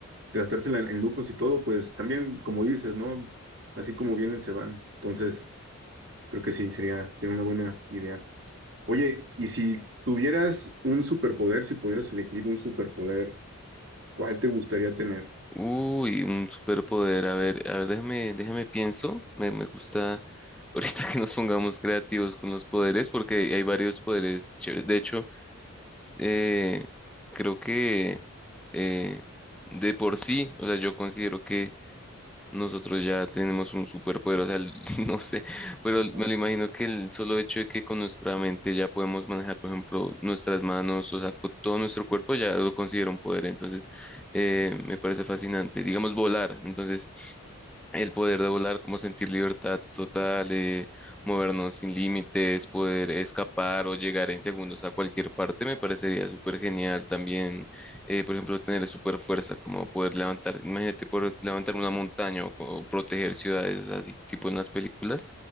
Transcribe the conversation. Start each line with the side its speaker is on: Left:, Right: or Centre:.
Right: gastársela en, en lujos y todo, pues también, como dices, ¿no? Así como vienen, se van. Entonces, creo que sí, sería, sería una buena idea. Oye, y si tuvieras un superpoder, si pudieras elegir un superpoder, ¿cuál te gustaría tener?
Centre: Uy, un superpoder. A ver, a ver, déjame, déjame pienso. Me, me gusta ahorita <laughs> que nos pongamos creativos con los poderes porque hay varios poderes chéveres. De hecho, Eh, creo que eh, de por sí, o sea, yo considero que nosotros ya tenemos un superpoder, o sea, el- <laughs> no sé, pero
Right: Ujú,
Centre: me lo imagino que el solo hecho de que con nuestra mente ya podemos manejar, por ejemplo, nuestras manos, o sea, con todo nuestro cuerpo ya lo considero un poder, entonces eh, me parece fascinante, digamos volar, entonces el poder de volar, como sentir libertad total, eh, movernos sin límites, poder escapar o llegar en segundos a cualquier parte, me parecería súper genial. También, eh, por ejemplo, tener súper fuerza, como poder levantar, imagínate poder levantar una montaña o, co- proteger ciudades, o sea, así tipo en las películas.